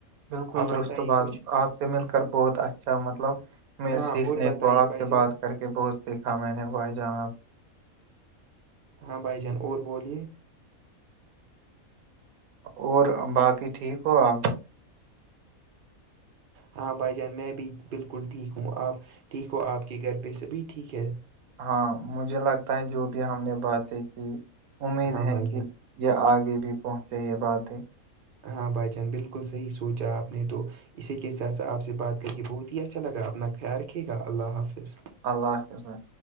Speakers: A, on the right; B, on the right.
A: بالکل
B: آپ
A: درست
B: بتائیے
A: بض
B: کچھ
A: آپ سے مل کر بہت اچھا مطلب میں
B: ہاں
A: سیکھنے
B: اور بتائیے
A: کو آپ
B: بھائی
A: سے
B: جان
A: بات کر کے بہت سیکھا میں نے بھائی جان آ سے
B: ہاں بھائی جان اور بولیے
A: اور باقی ٹھیک ہو آپ
B: ہاں بھائی جان میں بھی بالکل ٹھیک ہوں آپ ٹھیک ہو آپ کے گھر پہ سبھی ٹھیک ہے
A: ہاں مجھے لگتا ہے جو بھی ہم نے باتیں کی امید
B: ہاں بھائی
A: ہے کہ
B: جان
A: یا آگے بھی پہنچے یہ بات ہے
B: ہاں بھائی چان بالکل صحیح سوچا آپ نے تو اسی کے س آپ سے بات کر کے بہت ہی اچھا لگا اپنا خیال رکھے گا اللہ حافظ
A: اللہ حفظ بھای